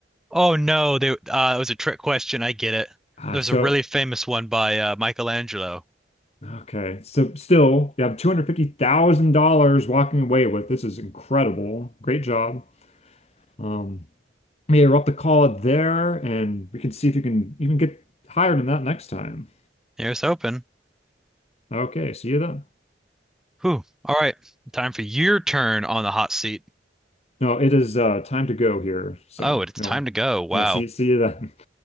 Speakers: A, in the centre; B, on the left.
A: Oh no, they, uh, it was a trick question. I get it.
B: Ah,
A: There's
B: so,
A: a really famous one by uh, Michelangelo.
B: okay. So still, you have $250,000 walking away with. This is incredible. Great job. Um, yeah, we're up to call it there, and we can see if you can even get higher than that next time.
A: Here's hoping.
B: Okay, see you then.
A: Whew. All right, time for your turn on the hot seat.
B: No, it is uh, time to go here. So,
A: Oh, it's
B: you
A: time
B: know,
A: to go. Wow.
B: yeah, see, see you then. <laughs>